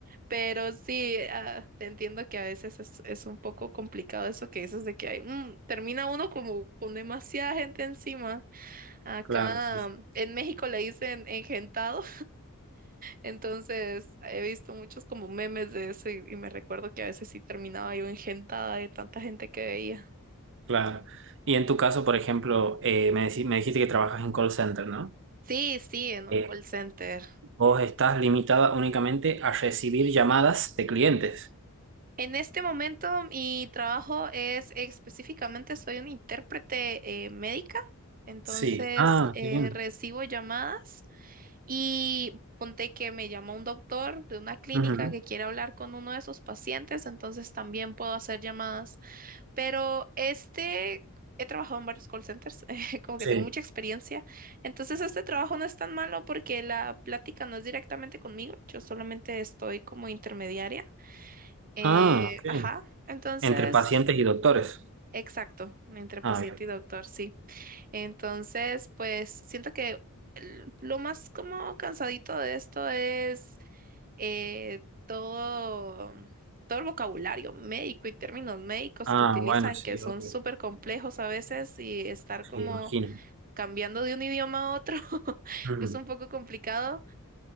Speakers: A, on the right (about 40°); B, on the right (about 55°).
A: Pero sí, ah, te entiendo que a veces es, es un poco complicado eso que dices de que hay, mm, termina uno como con demasiada gente encima. Acá
B: claro, sí, sí,
A: mm, en México le dicen engentado. Entonces, he visto muchos como memes de eso y, y me recuerdo que a veces sí terminaba yo engentada de tanta gente que veía.
B: claro. Y en tu caso, por ejemplo, eh, me, decí- me dijiste que trabajas en call center, ¿no?
A: Sí, sí, en un
B: Eh,
A: call center.
B: Vos estás limitada únicamente a recibir llamadas de clientes.
A: En este momento mi trabajo es específicamente, soy una intérprete eh, médica, entonces
B: Sí, Ah,
A: eh,
B: qué bien.
A: recibo llamadas y ponte que me llama un doctor de una clínica
B: Ujú.
A: que quiere hablar con uno de sus pacientes, entonces también puedo hacer llamadas. Pero este, he trabajado en varios call centers, <laughs> eh, como
B: sí.
A: que tengo mucha experiencia. Entonces este trabajo no es tan malo porque la plática no es directamente conmigo, yo solamente estoy como intermediaria. Eh,
B: Ah, ok.
A: ajá, entonces,
B: Entre pacientes y doctores.
A: exacto, entre paciente
B: Ah, bien.
A: y doctor, sí. Entonces, pues siento que el- lo más como cansadito de esto es eh, todo, todo el vocabulario médico y términos médicos
B: Ah,
A: que utilizan,
B: bueno, sí,
A: que son
B: ok.
A: súper complejos a veces, y estar
B: Sí,
A: como
B: imagino.
A: cambiando de un idioma a otro <laughs>
B: Ujú.
A: es un poco complicado,